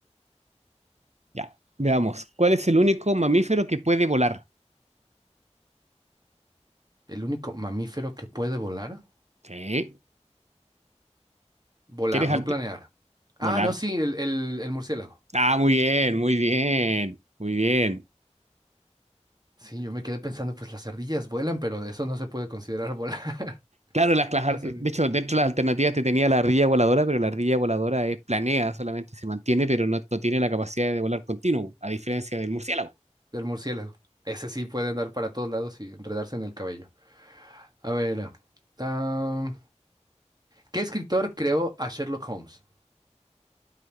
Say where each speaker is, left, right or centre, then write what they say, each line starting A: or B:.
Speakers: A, on the right; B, on the right.
A: Ya. Veamos. ¿Cuál es el único mamífero que puede volar?
B: ¿El único mamífero que puede volar?
A: Sí.
B: Volar,
A: ¿Quieres alte-
B: no planear. Ah,
A: volar?
B: no, sí, el, el, el murciélago.
A: Ah, muy bien, muy bien, muy bien.
B: Sí, yo me quedé pensando, pues las ardillas vuelan, pero eso no se puede considerar volar.
A: Claro, las,
B: <laughs>
A: las- ar- de hecho, dentro de las alternativas te tenía la ardilla voladora, pero la ardilla voladora es planea, solamente se mantiene, pero no, no tiene la capacidad de volar continuo, a diferencia del murciélago.
B: El murciélago. Ese sí puede andar para todos lados y enredarse en el cabello. A ver. ah, ¿qué escritor creó a Sherlock Holmes?